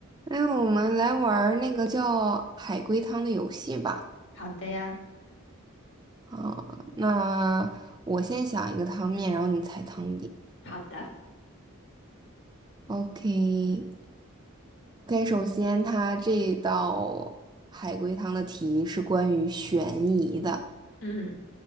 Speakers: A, on the right (about 20°); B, on the left (about 55°).
A: 哎，我们来玩儿那个叫海龟汤的游戏吧。
B: 好的呀，
A: 啊，那我先想一个汤面，然后你猜汤底。
B: 好的，
A: OK，OK，首先它这道海龟汤的题是关于悬疑的。
B: 嗯